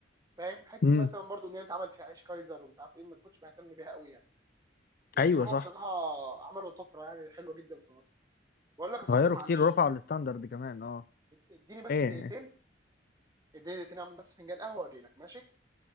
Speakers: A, on the right; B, on the left.
A: فاهم حته
B: امم
A: مثلا برضو ان هي اتعمل فيها عيش كايزر ومش عارف ايه ما كنتش بهتم بيها قوي يعني لكن
B: ايوه
A: هم
B: صح
A: بصراحه عملوا طفره يعني حلوه جدا في مصر بقول لك يا صديقي
B: غيروا
A: معلش
B: كتير رفعوا الستاندرد كمان اه
A: اديني بس
B: ايه
A: دقيقتين
B: إيه.
A: اديني دقيقتين اعمل بس فنجان قهوه واجي لك ماشي